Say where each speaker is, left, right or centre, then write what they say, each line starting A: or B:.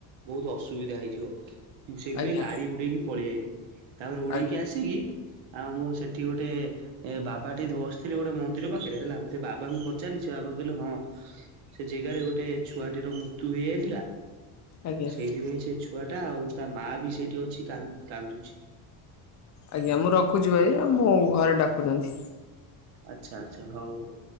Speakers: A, on the right; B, on the left.
A: ବହୁତ ଅସୁବିଧା ହେଇଯିବ। ମୁଁ ସେଇଥିପାଇଁ
B: ଆଜ୍ଞା
A: ଗାଡି ହୁଡେଇକି ପଳି ଆଇଲିି। ତାପରେ ଉଡିକି
B: ଆଜ୍ଞା
A: ଆସିକି ଆଉ ମୁଁ ସେଠି ଗୋଟେ ଏ ଏ ବାବା ଟେ ଏମତି ବସିଥିଲେ ଗୋଟେ ମନ୍ଦିର ପାଖରେ ହେଲା ମୁଁ ସେ ବାବାଙ୍କୁ ପଚାରିଲି ସେ ସେ ବାବା କହିଲେ ହଁ ସେ ଜେଗାରେ ଗୋଟେ ଛୁଆଟିର ମୃତ୍ୟୁ ହେଇଯାଇଥିଲା।
B: ଆଜ୍ଞା
A: ସେଇଥିପାଇଁ ସେ ଛୁଆଟା ଆଉ ତା ମା ବି ସେଇଠି ଅଛି କାନ୍ କାନ୍ଦୁଛି।
B: ଆଜ୍ଞା ମୁଁ ରଖୁଛୁ ଭାଇ ଆଉ ମୋ ଘରେ ଡାକୁଚନ୍ତି।
A: ଆଚ୍ଛା, ଆଚ୍ଛା, ହଉ ହଉ।